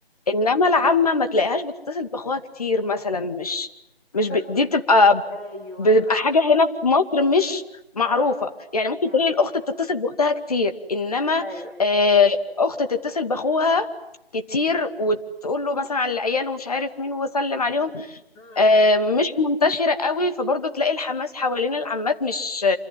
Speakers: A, on the left; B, in the centre.
A: انما العمه ما تلاقيهاش بتتصل باخوها كتير مثلا مش مش
B: عشان
A: ب... دي بتبقى
B: أيوه
A: بتبقى
B: صح
A: حاجة هنا في مصر مش معروفة
B: اه
A: يعني ممكن
B: آه.
A: تلاقي الأخت بتتصل بأختها كتير إنما
B: أيوه
A: آه، أخت تتصل بأخوها كتير وتقول له مثلا على العيال ومش عارف مين وسلم عليهم
B: مم.
A: آه، مش منتشرة قوي فبرضه تلاقي الحماس حوالين العمات مش